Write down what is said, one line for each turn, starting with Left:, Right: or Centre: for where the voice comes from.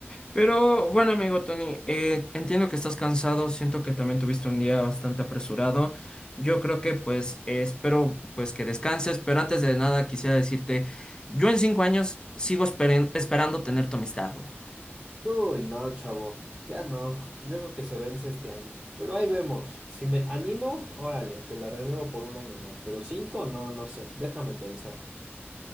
Left: Pero bueno, amigo Tony, eh, entiendo que estás cansado, siento que también tuviste un día bastante apresurado. Yo creo que pues eh, espero pues que descanses, pero antes de nada quisiera decirte, yo en cinco años sigo esperen- esperando tener tu amistad, güey.
Right: Uy, no, chavo, ya no. Yo creo que se vence este año. Pero ahí vemos. Si me animo, órale, te la renuevo por un año más. Pero cinco, no, no sé. Déjame pensar.